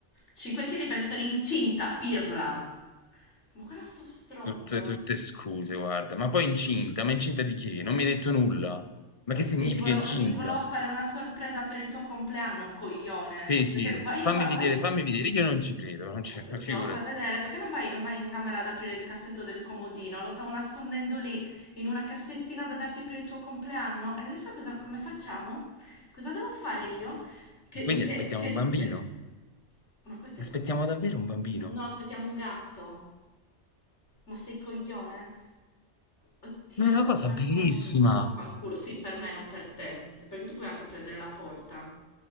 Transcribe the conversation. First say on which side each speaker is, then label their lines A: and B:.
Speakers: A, on the left; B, on the left.
A: 5 kg perché sono incinta, pirla. Ma guarda sto stronzo.
B: Tutte, tutte scuse, guarda. Ma poi incinta? Ma incinta di che? Non mi hai detto nulla. Ma
A: Eh,
B: che significa
A: Perché ti volevo,
B: incinta?
A: perché ti volevo fare una sorpresa per il tuo compleanno, coglione.
B: Sì, sì,
A: Perché vai
B: fammi
A: e gua-
B: vedere,
A: vai e gua-
B: fammi vedere. Io non ci credo, non ci,
A: Ti
B: <laughs>
A: devo
B: figurati.
A: far vedere, perché non vai, non vai in camera ad aprire il cassetto del comodino? Lo stavo nascondendo lì in una cassettina da darti per il tuo compleanno. E adesso cosa, come facciamo? Cosa devo fare io? Che,
B: Quindi
A: che,
B: aspettiamo
A: che,
B: un bambino.
A: che... Ma questo è
B: Aspettiamo
A: coglione.
B: davvero un bambino.
A: No, aspettiamo un gatto. Ma sei coglione? Oddio,
B: Ma è
A: adesso
B: una cosa
A: cosa
B: bellissima.
A: faccio? Ma vaffanculo, sì, per me, non per te, perché tu puoi anche prendere la porta.